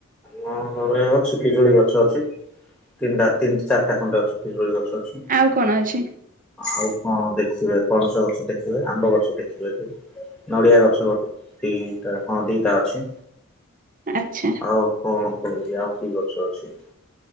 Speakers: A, in the centre; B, on the right.
A: ହଁ ଘରେ ଅଛି ପିଜୁଳି ଗଛ ଅଛି। ତିନିଟା ତିନ ଚାରିଟା ଖଣ୍ଡେ ଅଛି ପିଜୁଳି ଗଛ ଅଛି
B: ଆଉ କଣ ଅଛି?
A: ଆଉ କଣ ଦେ ଦେଖିବେ ପଣସ ଗଛ ଦେଖିବେ ଆମ୍ବ ଗଛ ଦେଖିପାରିବେ ନଡିଆ ଗୋଟେ ତି ଟା ହଁ ଦିଟା ଅଛି
B: ଆଚ୍ଛା
A: ଆଉ କଣ? କହିବି ଆଉ କି ଗଛ ଅଛି